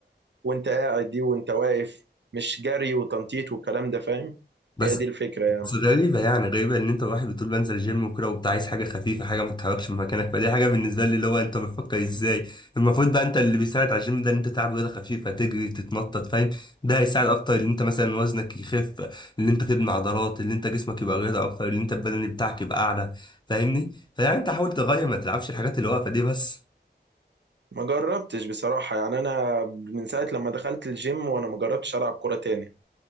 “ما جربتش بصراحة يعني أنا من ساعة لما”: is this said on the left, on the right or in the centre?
Right